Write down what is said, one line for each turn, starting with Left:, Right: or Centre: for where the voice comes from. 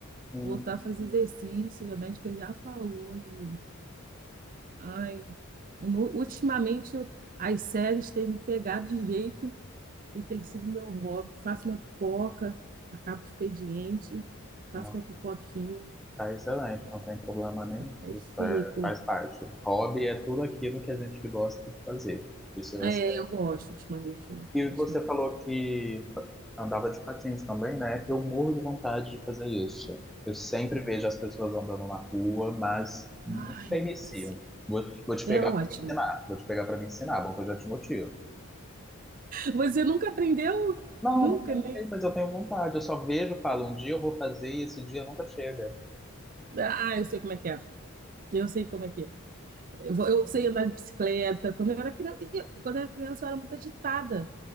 Centre: "Hum,
Right: voltar a fazer exercício, a médica já falou, e, ai, no- ultimamente as séries têm me pegado de jeito e tem sido meu hobby. Faço uma pipoca, acabo o expediente, faço
Centre: não.
Right: uma pipoquinha,
Centre: Tá excelente, não tem problema nenhum.
Right: aí
Centre: Isso
Right: fico.
Centre: é, faz parte. Hobby é tudo aquilo que a gente gosta de fazer, dos seus
Right: É,
Centre: aspectos.
Right: eu gosto ultimamente, eu
Centre: E
Right: tô gostando.
Centre: você falou que andava de patins também, né? Eu morro de vontade de fazer isso. Eu sempre vejo as pessoas andando na rua, mas nunca
Right: Ai,
Centre: inicio.
Right: nossa,
Centre: Vou, vou te
Right: é
Centre: pegar
Right: ótimo.
Centre: para me ensinar, vou te pegar para me ensinar, bom que eu já te motivo.
Right: Você nunca aprendeu?
Centre: Não,
Right: Nunca,
Centre: não andei,
Right: nem.
Centre: mas eu tenho vontade. Eu só vejo, falo, um dia eu vou fazer e esse dia nunca chega.
Right: Ah, eu sei como é que é. Eu sei como é que é. Eu, vou- eu sei andar de bicicleta. Quando eu era criança, quando eu era criança, eu era muito agitada.